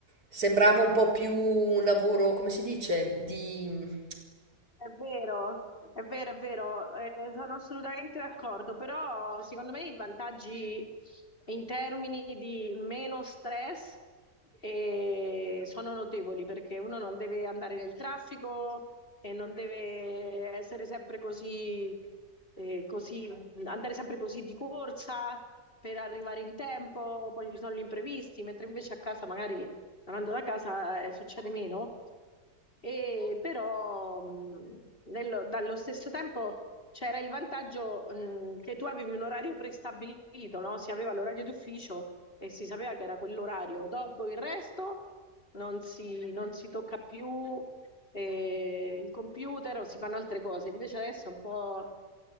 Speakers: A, on the right; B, on the left.
A: sembrava un po' più un lavoro, come si dice, di...
B: È vero, è vero, è vero, eh, sono assolutamente d'accordo, però secondo me i vantaggi in termini di meno stress eh, sono notevoli perché uno non deve andare nel traffico e non deve essere sempre così, eh, così, andare sempre così di corsa per arrivare in tempo, poi ci sono gli imprevisti, mentre invece a casa magari tornando da casa eh, succede meno, e però mh, nello- dallo stesso tempo c'era il vantaggio mh, che tu avevi un orario prestabilito, no? Si aveva l'orario d'ufficio e si sapeva che era quell'orario. Dopo il resto non si, non si tocca più eh, il computer o si fanno altre cose. Invece adesso è un po'